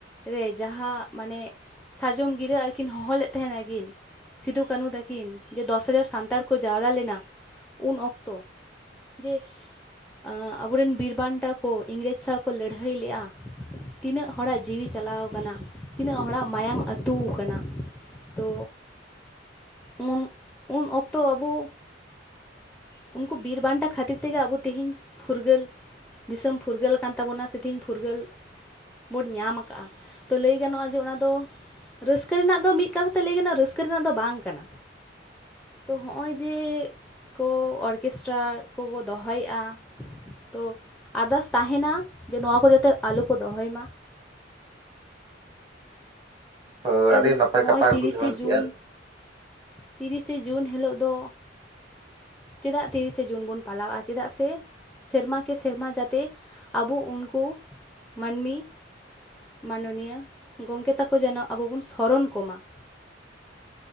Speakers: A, in the centre; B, on the right.
A: ᱨᱮ ᱡᱟᱦᱟᱸ ᱢᱟᱱᱮ ᱥᱟᱨᱡᱚᱢ ᱜᱤᱨᱟᱹ ᱟᱨᱠᱤᱱ ᱦᱚᱦᱚ ᱞᱮᱫ ᱛᱟᱸᱦᱮᱱᱟ ᱠᱤᱱ ᱥᱤᱫᱩ ᱠᱟᱹᱱᱦᱩ ᱛᱟᱹᱠᱤᱱ ᱡᱮ ᱫᱚᱥ ᱦᱟᱡᱟᱨ ᱥᱟᱱᱛᱟᱲ ᱠᱚ ᱡᱟᱣᱨᱟ ᱞᱮᱱᱟ, ᱩᱱ ᱚᱠᱛᱚ ᱡᱮ ᱟᱹ ᱟᱵᱚᱨᱮᱱ ᱵᱤᱨ ᱵᱟᱱᱴᱟ ᱠᱚ ᱤᱝᱨᱮᱡᱽ ᱥᱟᱶ ᱠᱚ ᱞᱟᱹᱰᱦᱟᱹᱭ ᱞᱮᱫᱼᱟ, ᱛᱤᱱᱟᱹᱜ ᱦᱚᱲᱟᱜ ᱡᱤᱣᱤ ᱪᱟᱞᱟᱣ ᱠᱟᱱᱟ ᱛᱤᱱᱟᱹᱜ ᱦᱚᱲᱟᱜ ᱢᱟᱭᱟᱝ ᱟᱹᱛᱩ ᱠᱟᱱᱟ, ᱛᱳ ᱩᱱ ᱩᱱ ᱚᱠᱛᱚ ᱟᱵᱚ <inaudible> ᱩᱱᱠᱩ ᱵᱤᱨ ᱵᱟᱱᱴᱟ ᱠᱷᱟᱹᱛᱤᱨ ᱛᱮᱜᱮ ᱟᱵᱚ ᱛᱤᱦᱤᱧ ᱯᱷᱩᱨᱜᱟᱹᱞ, ᱫᱤᱥᱚᱢ ᱯᱷᱩᱨᱜᱟᱹᱞ ᱠᱟᱱ ᱛᱟᱵᱚᱱᱟ ᱥᱮ ᱛᱤᱦᱤᱧ ᱯᱷᱩᱨᱜᱟᱹᱞ ᱵᱳᱱ ᱧᱟᱢ ᱠᱟᱜᱼᱟ, ᱛᱚ ᱞᱟᱹᱭ ᱜᱟᱱᱚᱜᱼᱟ ᱡᱮ ᱚᱱᱟᱫᱚ ᱨᱟᱹᱥᱠᱟᱹ ᱨᱮᱱᱟᱜ ᱫᱚ ᱢᱤᱫ ᱠᱟᱛᱷᱟ ᱛᱮ ᱞᱟᱹᱭ ᱜᱟᱱᱚᱜᱼᱟ, ᱨᱟᱹᱥᱠᱟᱹ ᱨᱮᱱᱟᱜ ᱫᱚ ᱵᱟᱝ ᱠᱟᱱᱟ᱾ ᱛᱚ ᱦᱚᱸᱜᱼᱚᱭ ᱡᱮ ᱠᱚ ᱚᱨᱠᱮᱥᱴᱟᱨ ᱠᱚᱠᱚ ᱫᱚᱦᱚᱭᱮᱜᱼᱟ ᱛᱚ ᱟᱨᱫᱟᱥ ᱛᱟᱸᱦᱮᱱᱟ ᱡᱮ ᱱᱚᱣᱟ ᱠᱚ ᱡᱟᱛᱮ ᱟᱞᱚ ᱠᱚ ᱫᱚᱦᱚᱭ ᱢᱟ᱾
B: ᱦᱳᱭ
A: ᱤᱱ
B: ᱟᱹᱰᱤ ᱱᱟᱯᱟᱭ
A: ᱦᱚᱸᱜᱼᱚᱭ
B: ᱠᱟᱛᱷᱟ
A: ᱛᱤᱨᱤᱥᱮ
B: ᱜᱮᱵᱤᱱ ᱢᱮᱱ
A: ᱡᱩᱱ,
B: ᱠᱮᱜᱼᱟ
A: ᱛᱤᱨᱤᱥᱮ ᱡᱩᱱ ᱦᱤᱞᱳᱜ ᱫᱚ ᱪᱮᱫᱟᱜ ᱛᱤᱨᱤᱥᱮ ᱡᱩᱱ ᱵᱚᱱ ᱯᱟᱞᱟᱣᱼᱟ, ᱪᱮᱫᱟᱜ ᱥᱮ ᱥᱮᱨᱢᱟ ᱠᱮ ᱥᱮᱨᱢᱟ ᱡᱟᱛᱮ ᱟᱵᱚ ᱩᱱᱠᱩ ᱢᱟᱹᱱᱢᱤ ᱢᱟᱱᱚᱱᱤᱭᱟᱹ ᱜᱚᱝᱠᱮ ᱛᱟᱠᱚ ᱡᱮᱱᱚ ᱟᱵᱚ ᱵᱚᱱ ᱥᱚᱨᱚᱱ ᱠᱚᱢᱟ᱾